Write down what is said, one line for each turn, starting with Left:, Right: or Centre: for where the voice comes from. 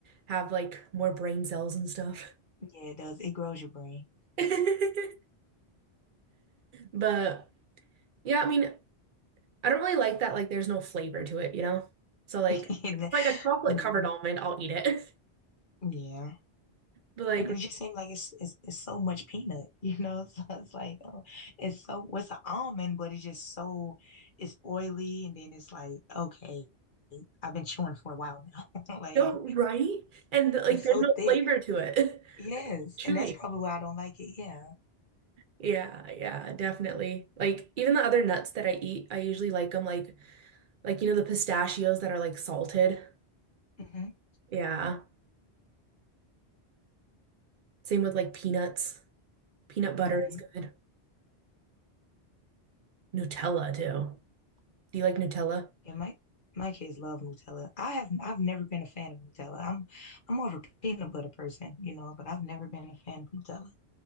Right: have like more brain cells and stuff.
Left: Yeah, it does. It grows your brain.
Right: <laughs> But yeah, I mean, I don't really like that like there's no flavor to it, you know? So like
Left: <laughs>
Right: if
Left: And
Right: it's
Left: the-
Right: like a chocolate
Left: yeah,
Right: covered almond, I'll eat it. <laughs>
Left: yeah.
Right: But like
Left: And it just seems like it's, it's it's so much peanut, you know? <laughs> So it's like oh, it's so what's an almond, but it's just so it's oily, and then it's like okay, I've been chewing for a while now. <laughs> Like
Right: no, right? And like
Left: it's
Right: there's
Left: so
Right: no
Left: thick.
Right: flavor to it.
Left: Yes,
Right: <laughs> Chewy.
Left: and that's probably why I don't like it. Yeah.
Right: Yeah, yeah, definitely. Like even the other nuts that I eat, I usually like them like Like, you know, the pistachios that are like salted.
Left: hmm
Right: Yeah. Same with like peanuts. Peanut butter
Left: hmm
Right: is good. Nutella too. Do you like Nutella?
Left: Yeah, my my kids love Nutella. I have I've never been a fan of Nutella. I'm I'm more of a peanut butter person, you know, but I've never been a fan of Nutella.